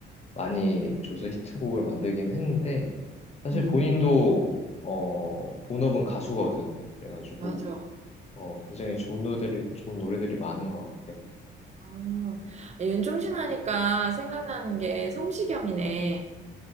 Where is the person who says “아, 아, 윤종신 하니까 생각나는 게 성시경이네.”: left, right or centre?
Right